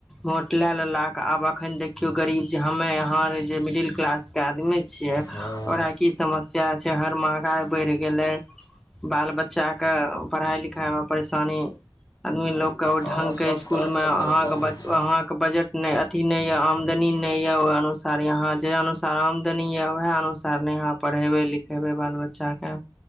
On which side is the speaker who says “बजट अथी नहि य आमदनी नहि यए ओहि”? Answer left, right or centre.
Centre